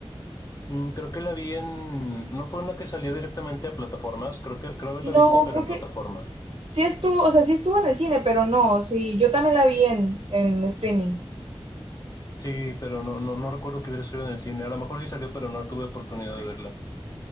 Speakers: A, on the left; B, on the right.
A: Mm, Creo que la vi en, no fue una que salió directamente a plataformas, creo que creo haberla
B: No,
A: visto, pero
B: creo
A: en plataforma.
B: que sí estuvo, o sea, sí estuvo en el cine, pero no, sí, yo también la vi en, en streaming.
A: Sí, pero no, no, no recuerdo que hubiera salido en el cine. A lo mejor sí salió, pero no tuve oportunidad de verla.